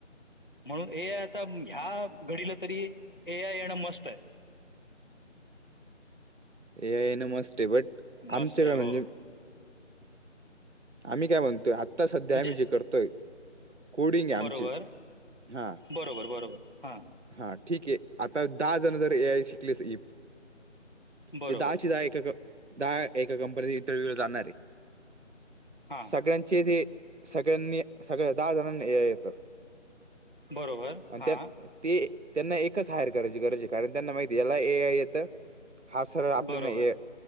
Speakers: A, on the left; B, on the right.
A: म्हणून एआय आता ह्या घडीला तरी, ए आय येण मस्ट आहे.
B: A I A N must आहे. बट
A: मस्ट
B: आमच्या
A: आहे
B: काय म्हणजे
A: हो,
B: आम्ही काय म्हणतोय? आत्ता सध्या
A: म्हणजे
B: आम्ही जे करतोय. कोडिंग आहे
A: बरोबर
B: आमची हा
A: बरोबर बरोबर हां
B: हा ठीक आहे, आता दहा जण जर ए आय शिकलेस इई
A: बरोबर
B: ते दहाच्या दहा एका दहा एका कंपनी इंटरव्ह्यूला जाणार आहे.
A: हां
B: सगळ्यांचे ते सगळ्यांनी सगळ्या दहा जणांना ए आय येत.
A: बरोबर
B: आणि
A: हां
B: त्या ते त्यांना एकच हायर करायची गरज आहे. कारण त्यांना माहिती याला ए आय येतं. हा सरळ आपल्याला
A: बरोबर
B: ए